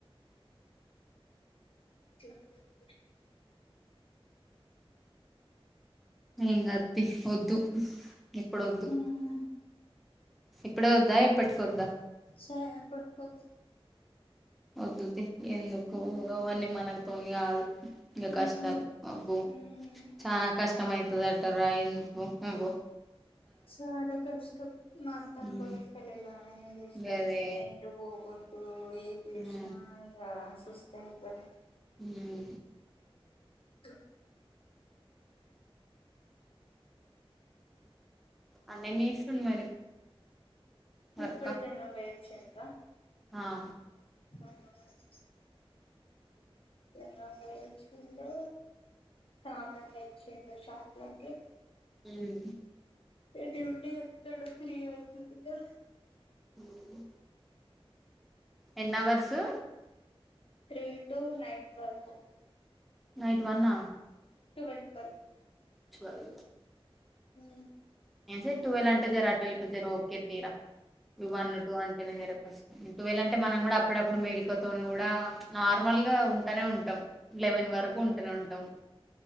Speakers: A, on the left; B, in the centre.
A: ఇట్ల అంది
B: ఏం కాదు తీ వద్దు ఇప్పుడు వద్దు.
A: ఉమ్,
B: ఇప్పుడే వద్దా ఎప్పటికి వద్దా.
A: సో ఎప్పుడు పొద్దు
B: వద్దు తీ ఎందుకో
A: ఉమ్,
B: అవన్నీ మనకు తోని కాదు ఇంగ
A: ఉమ్,
B: కష్టాలు అబ్బో చా కష్టం అయితది అంటరా ఎందుకో నువ్వో
A: చాలా కష్టం మా అత్త అనుభవిస్త
B: ఉమ్
A: లేదా అని నేనేం చేస్తానే
B: గదే
A: నేన్ ఎటు పోవద్దూ ఏం చేసినా
B: మ్మ్
A: ఇకా సుస్తి అయితను
B: హమ్
A: గ
B: అన్న ఏం చేస్తుండు మరి వర్కా
A: ఇప్పుడే జనం బాగొచ్చిండ్రా
B: ఆ
A: నైనా అప్పుడే ఎన్ని రోజులు పోయిచ్చిండూ సామాన్లు తెచ్చిండు షాప్లకి.
B: మ్
A: ఏ డ్యూటీ ఎక్కుతాడు త్రి అయితుంది గా
B: ఊ ఎన్ని hours
A: three two night twelve
B: night వన్నా
A: టువెల్ టువెల్
B: టువెల్
A: ఉ
B: ఏం సార్ టువెల్ అంటే జరరా అటువట్ జార ఓకే తీరా ఇ వన్ టూ అంటేనే జరగస్తా టువెల్ అంటే మనం కూడా అప్పుడప్పుడు మేరిక త కూడా నార్మల్గా ఉంటనే ఉంటాం లెవెన్ వరకు ఉంటనే ఉంటాం